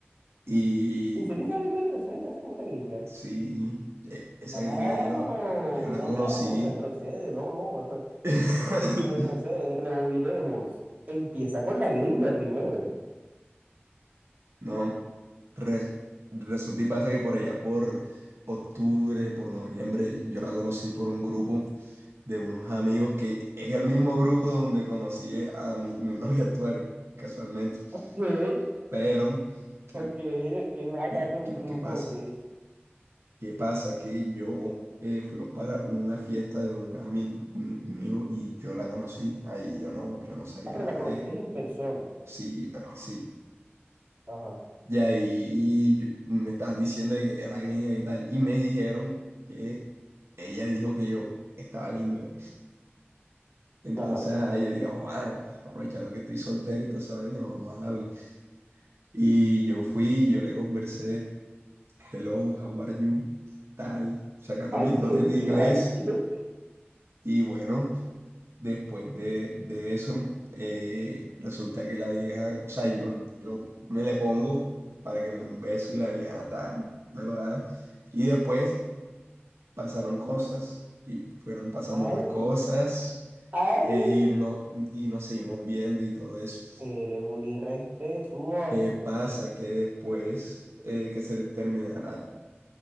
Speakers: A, on the right; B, on the right.
A: Y,
B: ¿En serio estás en una relación a distancia con una gringa?
A: Sí, e- esa
B: Mano,
A: gringa yo, yo
B: ven
A: la
B: acá,
A: conocí.
B: no, retrocede, no, no, <laughs>
A: <laughs>
B: retrocede, rebobinemos. Empieza con la gringa primero.
A: No, re- resulta y pasa que por allá por octubre, por noviembre, yo la conocí por un grupo de unos amigos que es el mismo grupo donde conocí a mi, mi <laughs> novia actual, casualmente.
B: Ok,
A: Pero, ¿qué,
B: ok, ok, vas a acabar
A: qué,
B: con
A: qué-
B: el grupo,
A: qué pasa?
B: ok.
A: ¿Qué pasa? Que yo eh, fuimos para una fiesta de un ami- mi- amigo y yo la conocí. Ahí yo no, yo no sabía
B: Ah, pero
A: nada
B: la conociste en persona.
A: Sí, ah, sí.
B: Ajá,
A: Y ahí yo- me estaban diciendo de que era gringa y tal. Y me dijeron que ella dijo que yo estaba lindo. ya. Entonces
B: ajá.
A: ah, yo dije, "Joa, aprovechando que estoy soltero y toda esa vaina, vamos a darle. Y yo fui, yo le conversé, hello, how are you, tal, sacando
B: Ay,
A: mis dotes
B: thank
A: de inglés.
B: you, ay, Dios.
A: Y bueno. Después de, de eso, eh, resulta que la vieja, o sea, yo, yo me le pongo para que me dé un beso y la vieja tal, me lo da. Y después pasaron cosas y fueron pasando
B: Ay,
A: más cosas
B: ay.
A: eh, y, no, y nos seguimos viendo y todo eso.
B: Eres un irrespetuoso.
A: ¿Qué pasa? Que después eh, que se terminará,